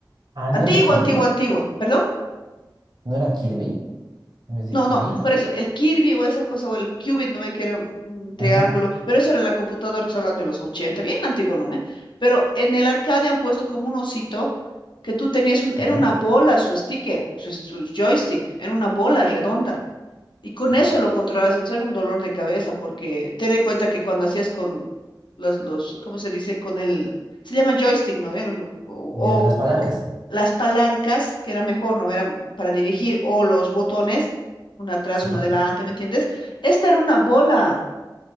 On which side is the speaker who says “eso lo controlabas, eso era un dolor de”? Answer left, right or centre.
Left